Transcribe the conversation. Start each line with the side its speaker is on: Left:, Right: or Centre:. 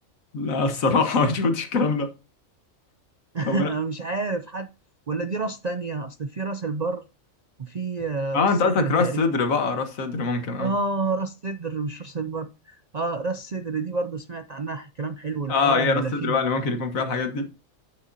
Left: لا الصراحه <laughs> ما شفتش الكلام ده
Right: <laughs>
Left: هو
Right: انا
Left: أنا-
Right: مش عارف حد ولا دي راس تانية اصل في راس البر وفي آه،
Left: <laughs> اه
Right: راس
Left: انت قصدك
Right: صدر
Left: راس
Right: تقريبا
Left: صدر بقى راس صدر ممكن اه
Right: اه راس صدر مش راس البر اه راس صدر دي برضه سمعت عنها ح- كلام حلو لحوار
Left: اه
Right: الدلافين
Left: هي راس صدر بقى
Right: في
Left: اللي ممكن
Right: النيل.
Left: يكون فيها الحاجات دي